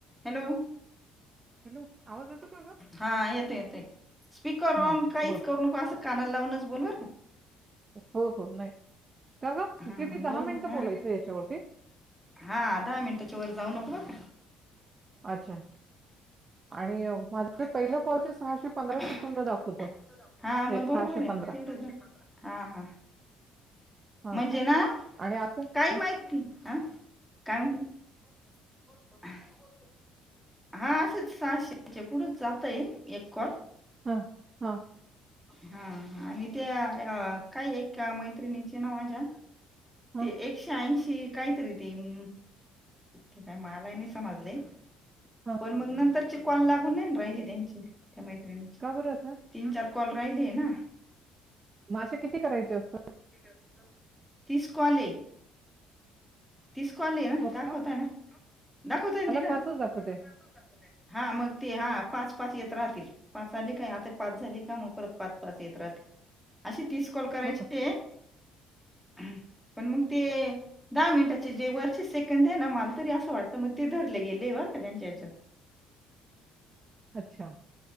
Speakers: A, in the centre; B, on the right.
A: Hello.
B: Hello आवाज येतो का ग?
A: हा येते येते स्पीकर ऑन
B: हा
A: काहीच
B: बर
A: करू नको असं... कानाल लावूनच बोलवर का.
B: हो हो नाही. अगं
A: हा
B: कित दहा
A: बोल
B: मिनिटं
A: ह
B: बोलायचंय याच्यावरती?
A: हा दहा मिनिटाच्या वर जाऊ नको बर का
B: अच्छा, आणि... माझं
A: आणि
B: पहिलं
A: अ
B: कॉलचे
A: माझे
B: सहाशे
A: पैसे
B: पंधरा
A: पण आहे
B: सेकंद
A: हं हं ना ते नऊशे पंधराचं
B: दाखवतं
A: दाखवतंय हा
B: हे
A: मग
B: सहाशे
A: बरोबर आहे
B: पंधरा
A: ना तेवढच दाखव नऊशे पंधरा हा हा
B: हा
A: म्हणजे
B: का
A: ना,
B: आणि असं
A: काही
B: हं,
A: माहिती आ... कारण कि बोल बोल तू बोल हा असच सहाशेच्या पुढेचं जातय एक कॉल
B: ह हा
A: हा आणि ते अ काय एका मैत्रिणीचे ना माझ्या
B: हा
A: ते एकशे ऐंशी... ते काही तरी ते अं ते काय मलाहि नाही समजलंय..
B: हा
A: पण मग नंतरचे कॉल लागूनं नाहीना राहिले त्यांचे... त्या मैत्रिणीचे
B: का बरं असं
A: तीन चार कॉल राहिलेय ना.
B: म असे किती करायचे असतात?
A: अ तीस कॉल... तीस कॉल आहेना
B: हो
A: दाखवतायना...
B: का
A: दाखवतय ना तिथं?
B: पाचच
A: मला
B: दाखवते
A: दाखवतात ना ते. हा मग ते हा पाच.. पाच येत राहतील, पाच आले काय? आता पाच झाले का मग परत पाच पाच येत राहतील असे तीस.... कॉल करायचे
B: हो का
A: हं पण मग ते दहा मिनिटा.... चे जे वरचे सेकंद आहे ना मला तरी असं वाटत मग ते धरले गेले बर का त्यांच्या ह्यच्यात...
B: अच्छा....